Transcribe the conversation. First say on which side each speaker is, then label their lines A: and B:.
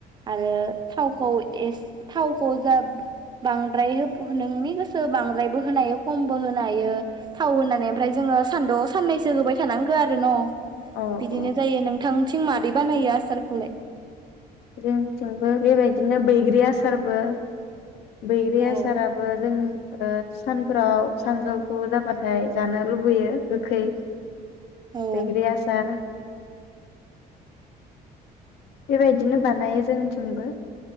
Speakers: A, on the right; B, on the left.
A: आरो थावखौ एस थावखौ जा बांद्राय नोंनि गोसो बांद्रायबो होनो हायो खमबो होनो हायो थाव होनानै ओमफ्राय जोङो सानदुं साननैसो होबाय थानांगौ आरो न।
B: औ
A: बिदिनो
B: औ
A: जायो नोंथां। थिं मादै बानायो आसारखौलाय?
B: जोंथिंबो बेबायदिनो बैग्रि आसारबो बैग्रि
A: औ
B: आसाराबो जों ओ सानफोराव सानजौफु जाबाथाय जानो लुबैयो गोखै।
A: औ
B: बैग्रि आसार। बेबायदिनो बानायो जोंथिंबो।